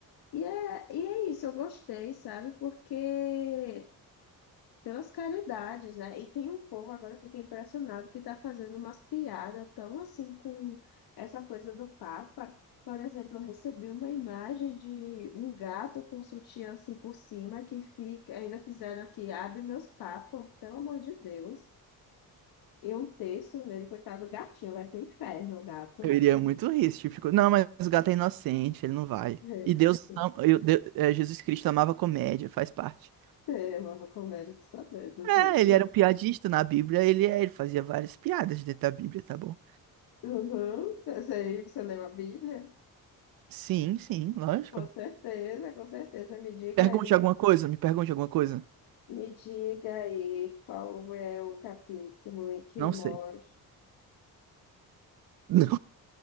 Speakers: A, on the left; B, on the right.
A: E é, e é isso, eu gostei, sabe? Porque pelas caridades, né? E tem um povo, agora eu fiquei impressionado, que tá fazendo umas piadas tão assim com essa coisa do Papa. Por exemplo, eu recebi uma imagem de um gato com sutiã assim por cima que fica, ainda fizeram aqui, abre meus papos, pelo amor de Deus. E um texto nele, coitado do gatinho, vai pro inferno o gato.
B: Eu iria muito rir se tipo, não, mas o gato é inocente, ele não vai.
A: <laughs>
B: E Deus, am- eu- Deu- é, Jesus Cristo amava comédia, faz parte.
A: É uma comédia de sabedos
B: É,
A: disso.
B: ele era um piadista na Bíblia, ele, é, ele fazia várias piadas dentro da Bíblia, tá bom?
A: Uhum. Essa aí, você leu a Bíblia?
B: Sim, sim, lógico.
A: Com certeza, com certeza. Me diga
B: Pergunte
A: aí
B: alguma coisa, me pergunte alguma coisa.
A: Me diga aí qual é o capítulo em que
B: Não
A: mostra.
B: sei. <laughs> Não,